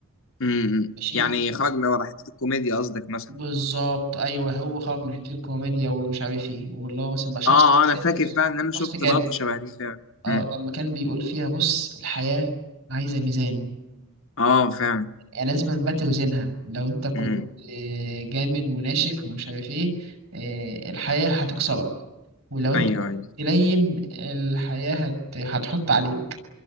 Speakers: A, on the left; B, on the right.
A: امم
B: شيء
A: يعني خرج من ورا حتة الكوميديا قصدك مثلا
B: بالظبط ايوه هو خرج من حته الكوميديا ومش عارف ايه واللي هو مثلا بقى شخص
A: اه
B: بقى
A: اه
B: سيريوس
A: انا فاكر فعلا ان انا شفت
B: شخص جد
A: لقطة شبه دي فعلا
B: اه
A: امم
B: لما كان بيقول فيها بص الحياة عايزة ميزان
A: اه فعلا
B: يعني لازم بقى توزنها لو انت كنت
A: امم
B: آه، جامد وناشف ومش عارف ايه آه، الحياة هتكسرك ولو انت
A: ايوه ايوه
B: تلين الحياة هت... هتحط عليك